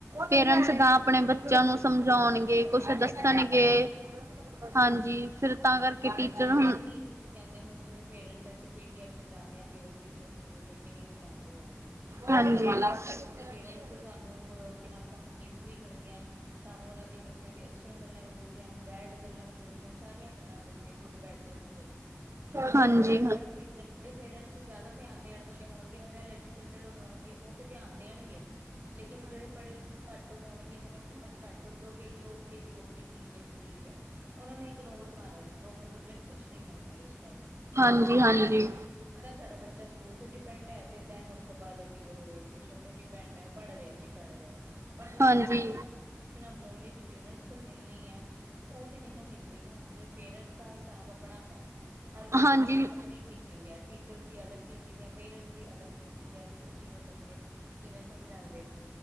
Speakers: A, on the right (about 65°); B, on the right (about 45°).
A: ਪੇਰੈਂਟਸ ਦਾ ਆਪਣੇ ਬੱਚਿਆਂ ਨੂੰ ਸਮਝਾਉਣਗੇ। ਕੁਛ
B: ਜਾਣਗੇ
A: ਦੱਸਣਗੇ
B: ਹਾਂਜੀ, ਹਾਂ,
A: ਹਾਂਜੀ ਫਿਰ ਤਾਂ ਕਰਕੇ
B: ਤੇ
A: ਟੀਚਰ
B: ਐਵੀ
A: ਹੁਣ
B: ਕੇਂਦੇ ਹੁਣ ਜਿਵੇਂ ਪੇਰੈਂਟਸ ਅਸੀ ਪੀ-ਟੀ-ਐਮ ਚ ਜਾਂਦੇ ਆ ਪੇਰੈਂਟ ਟੀਰ ਮੀਟਿੰਗ ਵਿੱਚ ਜਾਂਦੇ ਆ ਅਸੀਂ।
A: ਹਾਂਜੀ-ਹਾਂਜੀ,
B: ਤੇ ਉਹਦੇ,
A: ਹਾਂਜੀ-ਹਾਂਜੀ,
B: ਪੇਰੈਂਟਸ ਸਾਨੂੰ ਕੀ ਨਾਮ ਕੰਪਲੇਂਨਸ ਵੀ ਕਰਦੀਆਂ ਨੇ, ਸਾਨੂੰ ਉਹਨਾਂ ਦੀ ਬੱਚਿਆਂ ਦੀ ਅੱਛੀਆਂ ਗੱਲਾਂ ਵੀ ਦੱਸਦੀਆਂ ਨੇ, ਬੈਡ ਗੱਲਾਂ ਵੀ ਦੱਸਦੀਆਂ, ਸਾਰੀਆਂ ਗੱਲਾਂ ਦੱਸਦੀਆਂ ਗੁਡ-ਬੈਡ ਦੋਨੋ ਦ- ਪਰ
A: ਹਾਂਜੀ-ਹਾਂਜੀ,
B: ਅਗਰ ਜਿਹੜਾ, ਪੇਰਟਸ ਜਿਆਦਾ ਧਿਆਨ ਦੇਣ ਵਾਲੇ ਹੋਣਗੇ ਵੈਲ ਐਡਿਊਕੇ - ਟਿਡ ਹੋਣਗੇ ਉਹ ਤੇ ਧਿਆਨ ਦੇਣਗੇ। ਲੇਕਿਨ ਜਿਹੜੇ ਪੜੇ, ਘੱਟ ਹੋਣਗੇ ਜਿਹਨਾਂ ਨੂੰ ਸਮਝ ਘੱਟ ਹੋ ਦੀ ਓਕੇ ਜੀ ਓਕੇ ਠੀਕ ਐ ਜੀ ਠੀਕ ਐ। ਉਹਨਾਂ ਨੇ ਇਗਨੋਰ ਮਾਰਨਗੇ ਉਹ ਆਪਣੇ ਬੱਚਿਆਂ ਨੂੰ ਕੁਛ ਨੀ ਕਹਿਣਗੇ ਉਸ ਟਾਈਮ।
A: ਹਾਂਜੀ-ਹਾਂਜੀ।
B: ਪ ਤਾਂ ਸਾਡਾ ਬੱਚਾ ਸਕੂਲ ਤੇ ਡਿਪੈਂਡ ਐ ਤੇ ਧੈਨ ਉਸ ਤੋਂ ਬਾਅਦ ਕਿ ਓਦੇ ਟਿਊਸ਼ਨ ਤੇ ਡਿਪੈਂਡ ਐ। ਪੜ੍ਹ ਰਿਐ ਜੀ, ਪੜ੍ਹ ਰਿਐ, ਪਰ ਨਈ
A: ਹਾਂਜੀ,
B: ਨਾ ਜੋ ਇੰਨ੍ਹਾ ਨੂੰ ਨੋਲੇਜ ਪੇਰੈਂਟਸ ਕੋਲ ਮਿਲਨੀ ਐ, ਓਹ 'ਤੇ ਨੀ ਨਾ ਮਿਲਦੇ ਨਾ, ਜੇ ਪੇਰੈਂਟਸ ਦਾ ਹਿਸਾਬ ਅਪਨਾ-ਅਪਨੈ। ਹਰ ਕਿਸੇ
A: ਹਾਂਜੀ, ਹਾਂਜੀ।
B: ਦੀ ਅਪਨੀ ਟੀ ਚਿੰਗ ਐ, ਟੀਚਰਸ ਦੀ ਅਲੱਗ ਟੀਚਿੰਗ ਐ, ਪੇਰੈਂਟਸ ਦੀ ਅਲੱਗ ਟੀਚਿੰਗ ਐ, ਕਿ ਉਹ ਕਿਵੇਂ ਕਰਦੇ? ਕਿਵੇਂ ਸਮਝਾਂਦੇ?